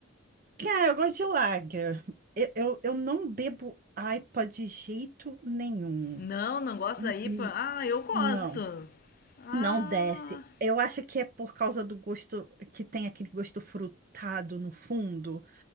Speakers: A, on the right; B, on the left.
A: Cara, eu gosto de lager. Eu, eu, eu não bebo IPA de jeito nenhum.
B: Não, não gosto
A: N-
B: da IPA.
A: n-
B: Ah, eu gosto.
A: Não,
B: Ah,
A: não desce. Eu acho que é por causa do gosto que tem aquele gosto frutado no fundo.